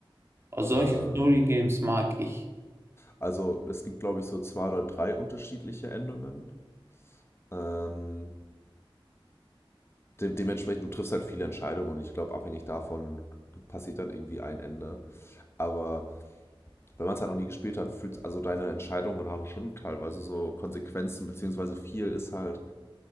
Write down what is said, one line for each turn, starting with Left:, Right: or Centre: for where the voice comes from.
Right: Oh, solche
Left: Ähm,
Right: Story-Games mag ich.
Left: also es gibt, glaube ich, so zwei oder drei unterschiedliche Endungen. Ähm, de dementsprechend, du triffst halt viele Entscheidungen und ich glaube, abhängig davon passiert dann irgendwie ein Ende. Aber wenn man es halt noch nie gespielt hat, fühlt also deine Entscheidungen haben schon teilweise so Konsequenzen, beziehungsweise viel ist halt